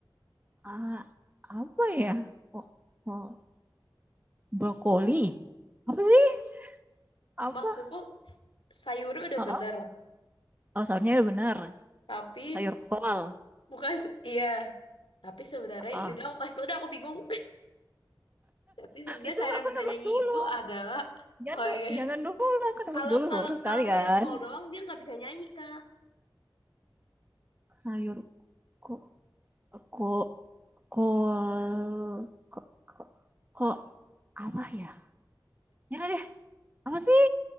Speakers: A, on the right; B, on the left.
A: Ah, apa ya? Kok, kok brokoli apa sih apa
B: Maksudku sayurnya udah
A: Heeh.
B: bener,
A: oh sayurnya benar
B: tapi
A: sayur kol
B: bukan iya. Tapi sebenarnya,
A: Heeh.
B: yaudah aku kasih tau, udah aku bingung. Tapi sebenarnya
A: itu
B: sayur
A: nggak
B: yang
A: aku
B: bisa
A: nebak
B: nyanyi
A: dulu
B: itu adalah
A: jangan
B: oh
A: du-
B: iya.
A: jangan dulu aku nebak
B: Kalau
A: dulu
B: kalau
A: baru sekali
B: kalau sayur
A: kan
B: kol doang dia nggak bisa nyanyi Kak.
A: sayur kok kok kol kok kok kok apa ya nyerah deh apa sih